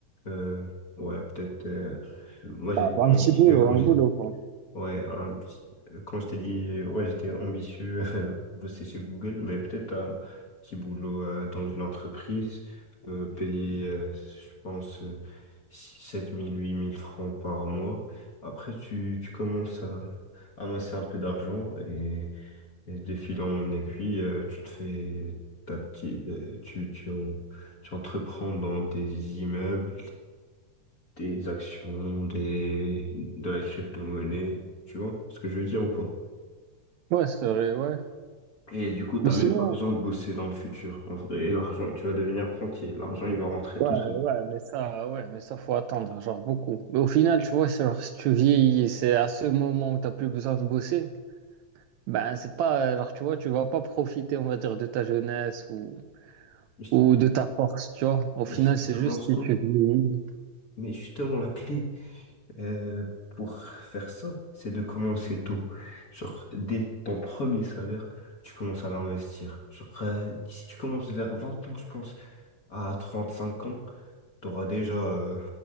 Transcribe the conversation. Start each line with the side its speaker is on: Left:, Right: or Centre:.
Left: Euh, ouais, peut-être. euh, moi, j'étais
Right: Ah, bah, un
Left: ambitieux
Right: petit boulot,
Left: quand
Right: un
Left: j'étais.
Right: boulot, quoi.
Left: Ouais, un petit- euh, quand je t'ai dit, ouais, j'étais ambitieux, <laughs> euh, bosser chez Google, mais peut-être un petit boulot euh, dans une entreprise, euh, payer, euh, je pense, euh, six- sept mille huit mille francs par mois. Après, tu, tu commences à amasser un peu d'argent et, et de fil en aiguille, euh, tu te fais ta petite, euh, tu, tu, en- tu entreprends dans des immeubles, des actions, des, de la crypto-monnaie, tu vois ce que je veux dire ou pas?
Right: Ouais, c'est vrai, ouais.
Left: Et du coup, t'as
Right: Mais
Left: même
Right: sinon,
Left: pas besoin de bosser dans le futur. En vrai, l'argent, tu vas devenir rentier. L'argent, il va rentrer
Right: Ouais,
Left: tout seul.
Right: ouais, mais ça, ouais, mais ça, faut attendre, genre beaucoup. Mais au final, tu vois, c'est genre, si tu vieillis, c'est à ce moment où t'as plus besoin de bosser, ben, c'est pas, euh, genre, tu vois, tu vas pas profiter, on va dire, de ta jeunesse ou,
Left: Mais je
Right: ou
Left: te dis,
Right: de ta force, tu vois. Au final,
Left: mais si tu
Right: c'est
Left: commences
Right: juste si
Left: tôt,
Right: tu vieillis.
Left: mais justement, la clé euh, pour faire ça, c'est de commencer tôt. Genre, dès ton premier salaire, tu commences à l'investir. Genre, euh, si tu commences vers 20 ans, je pense, à 35 ans, t'auras déjà euh,